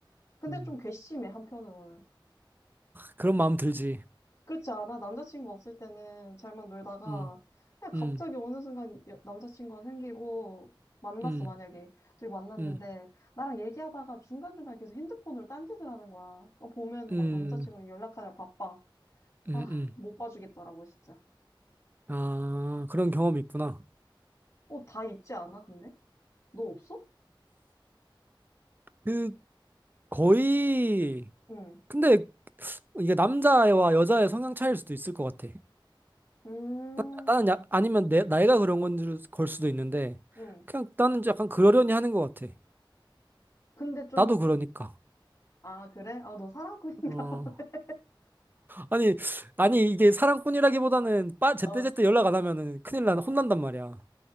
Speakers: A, on the left; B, on the right.
A: 근데
B: 음,
A: 좀 괘씸해, 한편으로는.
B: 그런 마음 들지.
A: 그렇지 않아? 남자친구 없을 때는 잘만 놀다가
B: 음,
A: 그냥
B: 음.
A: 갑자기 어느 순간 여- 남자친구가 생기고 만났어,
B: 음.
A: 만약에. 둘이 만났는데
B: 음,
A: 나랑 얘기하다가 중간중간에 계속 핸드폰으로 딴짓을 하는 거야. 어, 보면은
B: 음,
A: 막 남자친구랑 연락하느라 바빠.
B: 음,
A: 아,
B: 음.
A: 못 봐주겠더라고, 진짜.
B: 아, 그런 경험이 있구나.
A: 어, 다 있지 않아, 근데? 너 없어?
B: 그, 거의,
A: 응.
B: 근데 이게 남자와 여자의 성향 차이일 수도 있을 것 같아.
A: 음,
B: 나- 나는 야, 아니면 내, 나이가 그런 건 걸 수도 있는데,
A: 응.
B: 그냥 나는 약간 그러려니 하는 것 같아.
A: 근데 좀,
B: 나도 그러니까.
A: 아, 그래? 아, 너 사랑꾼인가?
B: 어.
A: <laughs>
B: 아니, 아니, 이게 사랑꾼이라기보다는 빠, 제때제때
A: 봐. 어,
B: 연락 안 하면은 큰일 나,
A: 어.
B: 혼난단 말이야.